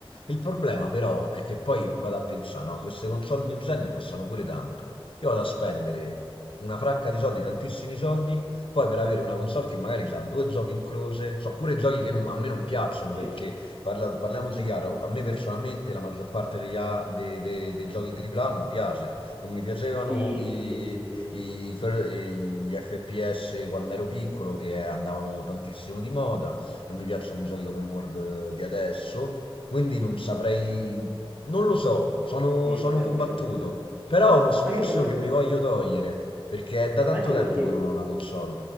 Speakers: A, on the left; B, on the right.
A: Il problema però è che poi vado a pensà, no, queste console new gen costano pure tanto. Io vado a spendere una fracca di soldi, tantissimi soldi, poi per avere una console che magari ha due giochi in croce, so pure giochi che non- a me non piacciono perché
B: sì,
A: parla- parliamoci
B: sì,
A: chiaro, a me personalmente la maggior parte degli a- de- de- dei giochi AAA non piace. Non mi piacevano
B: sì,
A: i,
B: sì, sì, sì,
A: i fer- i- gli FPS quando ero piccolo che andavano tantissimo di moda, non mi piacciono i giochi open world eh, di adesso, quindi non saprei, non lo so, sono,
B: sì,
A: sono
B: sarebbe
A: combattuto,
B: inutile.
A: però è uno sfizio
B: Ma anche perché,
A: che mi voglio togliere, perché è da tanto
B: ma anche
A: tempo
B: perché
A: che non ho una console,